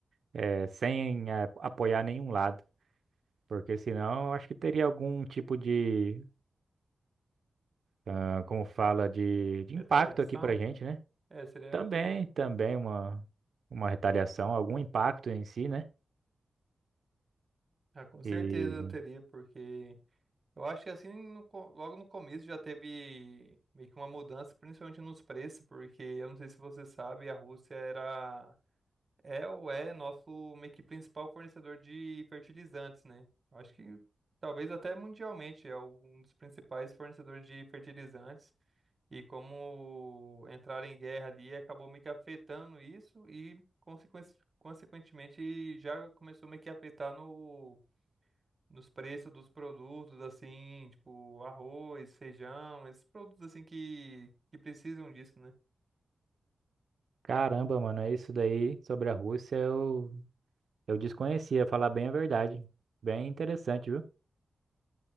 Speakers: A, on the right; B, on the right.
A: É, sem é, apoiar nenhum lado. Porque senão eu acho que teria algum tipo de ah, como fala de, de
B: Retaliação?
A: impacto aqui pra gente, né?
B: É, seria,
A: Também,
B: eu teria.
A: também uma, uma retaliação, algum impacto em si, né?
B: Ah, com certeza
A: E
B: eu teria, porque eu acho que assim, no co- logo no começo já teve meio que uma mudança, principalmente nos preços, porque eu não sei se você sabe, a Rússia era É ou é nosso meio que principal fornecedor de fertilizantes, né? Acho que talvez até mundialmente é um dos principais fornecedores de fertilizantes. E como entraram em guerra ali, acabou meio que afetando isso e, consequen- consequentemente, já começou meio que a afetar no, nos preços dos produtos, assim, tipo arroz, feijão, esses produtos assim que, que precisam disso, né?
A: caramba, mano, isso daí sobre a Rússia eu, eu desconhecia, falar bem a verdade. Bem interessante, viu?